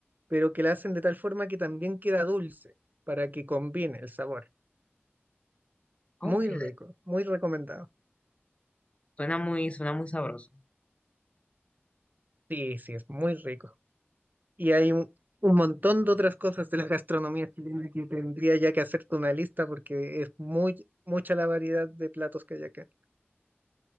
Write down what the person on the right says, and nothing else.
pero que la hacen de tal forma que también queda dulce, para que combine el sabor.
Muy rico, muy recomendado.
Sí, sí, es muy rico. Y hay un, un montón de otras cosas de la gastronomía chilena que tendría ya que hacerte una lista porque es muy mucha la variedad de platos que hay acá.